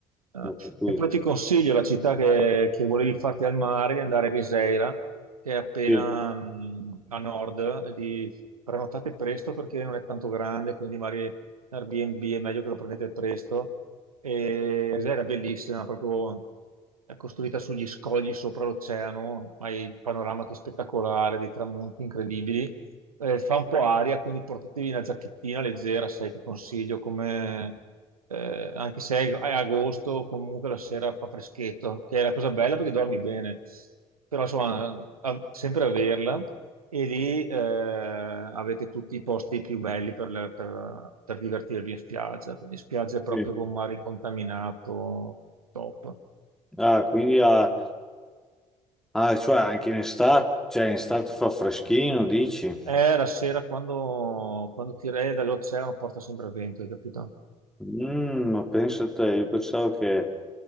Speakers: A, on the right (about 85°); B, in the centre.
A: eh,
B: ho capito.
A: e poi ti consiglio la città che, che volevi farti al mare, di andare a Viseira, che è appena
B: Sì,
A: mh, a nord, e di prenotate presto perché non è tanto grande, quindi magari Airbnb è meglio che lo prendete presto. E Viseira è bellissima, proprio è costruita sugli scogli sopra l'oceano, ma hai il panorama che è spettacolare, dei tramonti incredibili eh, fa un po' aria, quindi portatevi una giacchettina leggera, sai, ti consiglio come... eh, anche se è, è agosto, comunque la sera fa freschetto, che è la cosa bella perché dormi bene, però insomma, a- sempre averla e lì eh, avete tutti i posti più belli per, le- per- per divertirvi in spiaggia, quindi spiaggia proprio
B: sì.
A: con mare incontaminato, top.
B: Ah, quindi ah, ah, cioè anche in estate, cioè in estate fa freschino, dici?
A: È la sera quando, quando ti re dall'oceano porta sempre vento, hai capito?
B: Mm, ma pensa te, io pensavo che,